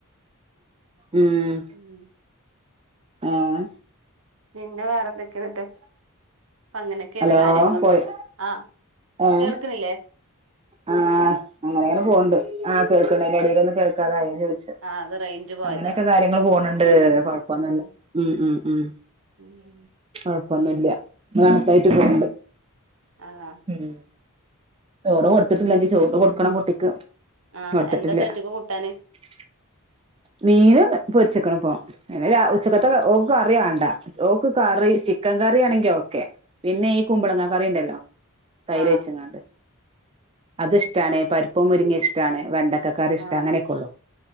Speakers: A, on the right; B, on the right.
A: ഉും
B: <unintelligible>
A: ആഹാ
B: പിന്നെ വേറെന്തൊക്കെന്നിട്ട്. പ അങ്ങനൊക്കെണ്
A: ഹലോ
B: കാര്യങ്ങളൊക്കെ
A: പോയി
B: ആഹാ
A: ഏഹ്
B: കേൾക്ക്ണ്ല്ലേ?
A: ആഹ് അങ്ങനെങ്ങനെ പോണ് ണ്ട്. ആകേൾക്കിണിണ്ട ഇടയിലൊന്ന് കേൾക്കാതായോ ചോദിച്ചു.
B: ആഹ് അത് റേഞ്ച് പോയതാണ്
A: അങ്ങനെയൊക്കെ കാര്യങ്ങൾ പോണ് ണ്ട്. കൊഴപോന്നുല്ല
B: ഉം
A: ഹു ഹും ഹും.
B: <unintelligible>
A: കൊഴപ്പൊന്നുല്യ റാഹത്തായിട്ട് പോണ്
B: ആഹ് ആഹ്
A: ണ്ട്. ചോറ് കൊടുത്തിട്ടില്ല.
B: ഉം
A: ഞ്ഞിചോറ് കൊടുക്കണം കുട്ടിക്ക്.
B: ആഹ്
A: കൊടുത്തിട്ടില്ല
B: എന്താ ചോറ്റ്ക്ക് കൂട്ടാന്?
A: <inaudible> മീന് പൊരിച്ചക്കണ് പോ, പിന്നെ രാ ഉച്ചക്കത്തെ ഓക്ക് കറി വാണ്ട ഓക്ക് കറി ചിക്കൻ കറി ആണെങ്കിൽ ഓക്കെ. പിന്നെ ഈ കുമ്പളങ്ങാ കറിണ്ടല്ലോ തൈര്
B: ആഹ്
A: ഓയ്ച്ചങ്ങാണ്ട്. അത്ഷ്ടാണ്. പരിപ്പം മുരിങ്ങി ഇഷ്ട്ടാണ്. വെണ്ടക്കക്കറി ഇഷ്ട്ടാ
B: ആഹ്
A: അങ്ങനെയൊക്കെയ ഉള്ളു